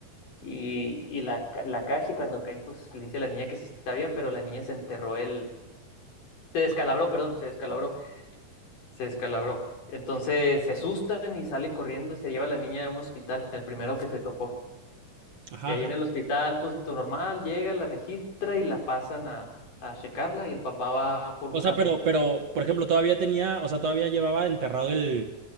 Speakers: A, on the left; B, on the right.
A: y, y la, ca- la cacha y cuando caen pues le dice a la niña que sí está bien, pero la niña se enterró el... Se descalabró, perdón, se descalabró
B: Oh.
A: se descalabró. Entonces se asustan y salen corriendo y se lleva a la niña a un hospital, el primero que se topó.
B: Ajá,
A: Y ahí
B: ajá.
A: en el hospital, pues todo normal, llega, la registra y la pasan a, a checarla y el papá va por
B: O
A: un café.
B: sea, pero, pero, por ejemplo, todavía tenía, o sea, todavía llevaba enterrado el,